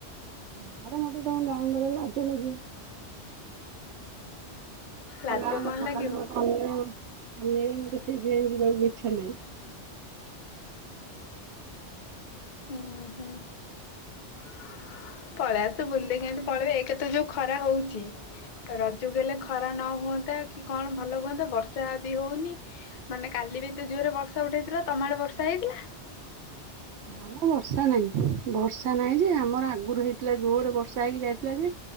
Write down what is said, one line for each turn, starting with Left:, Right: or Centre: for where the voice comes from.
Right: ନାଇଁଲୋ ମତେ ତମ ଗାଁ ଗହଳିରେ ଲାଜ ଲାଗିବ।
Left: ଲାଜ
Right: ଗାଁ ଲୋକ
Left: କଣ ଲାଗିବ
Right: ଖାଲି ମତେ ଅନେଇବେ। ମତେ ସେଇଥିପାଇଁ ଯିବାକୁ ଇଚ୍ଛା ନାହିଁ।
Left: ହୁଁ ହୁଁ । ପଳେଇ ଆସ ବୁଲିଦେଇକି ଏମିତି ପଳେଇବୁ। ଏକତ ଯୋଉ ଖରା ହଉଛି? ରଜ କୁ ହେଲେ ଖରା ନ ହୁଅନ୍ତା କି କଣ ଭଲ ହୁଅନ୍ତା? ବର୍ଷା ବି ହଉନି। ମାନେ କାଲି ବି ଏତେ ଜୋରରେ ବର୍ଷା ଉଠେଇଥିଲା। ତମ ଆଡେ ବର୍ଷା ହେଇଥିଲା?
Right: ନାଁ ମ ବର୍ଷା ନାହିଁ। ବର୍ଷା ନାହିଁ ଯେ ଆମର ଆଗରୁ ହେଇଥିଲା ଜୋରେ ବର୍ଷା ହେଇକି ଯାଇଥିଲା ଯେ,